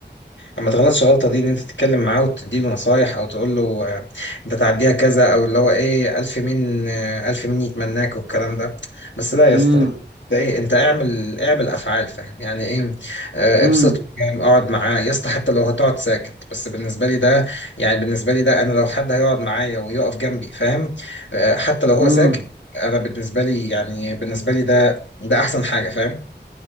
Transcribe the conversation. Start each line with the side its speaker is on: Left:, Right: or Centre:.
Left: ما تغلطش غلطة دي ان انت تتكلم معاه وتديله نصايح او تقول له آه، انت تعديها كذا او اللي هو ايه الف مين آه، الف مين يتمناك والكلام ده بس لا يا
Right: امم
Left: اسطى انت ايه انت اعمل اعمل افعال فاهم يعني ايه آه،
Right: امم
Left: ابسطه فاهم اقعد معاه يا اسطى حتى لو هتقعد ساكت بس بالنسبة لي ده يعني بالنسبة لي ده انا لو حد هيقعد معايا ويقف جنبي فاهم آه، حتى لو هو
Right: امم
Left: ساكت انا بالنسبة لي يعني بالنسبة لي ده ده احسن حاجة فاهم